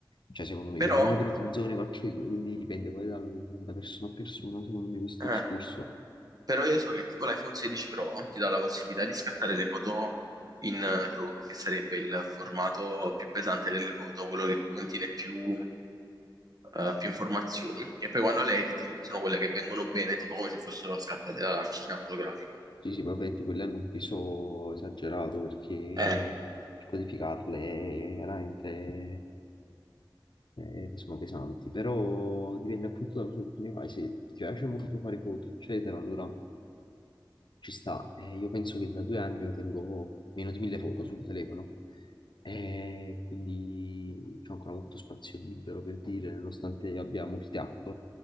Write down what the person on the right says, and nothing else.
Però,
eh,
però io so che tipo l'iPhone 16 Pro ti dà la possibilità di scattare le foto in eh, RAW, che sarebbe il formato più pesante delle foto, quello che contiene più, eh, più informazioni, e poi quando le editi sono quelle che vengono bene, tipo come se fossero scattate dalla macchina fotografica.
Ah, Eh,